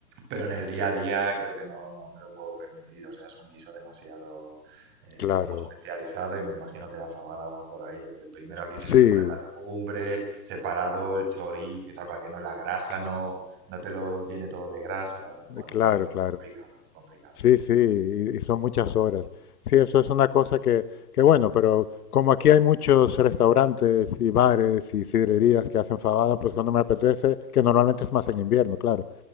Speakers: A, on the right; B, on the left.
A: pero en el día a día creo que no, no me lo puedo permitir. O sea, es un guiso demasiado eh,
B: Claro.
A: como especializado y me imagino que la fabada va por ahí, porque primero aquí tienes
B: Sí,
A: que poner la legumbre, separado el chorizo y tal, para que no la grasa
B: cl-
A: no, no te lo llene todo de grasa. tal. Bueno,
B: claro,
A: muy, muy
B: claro.
A: complicado, muy complicado.
B: Sí, sí, y y son muchas horas. Sí, eso es una cosa que, que bueno, pero como aquí hay muchos restaurantes y bares y sidrerías que hacen fabada, pues cuando me apetece, que normalmente es más en invierno, claro,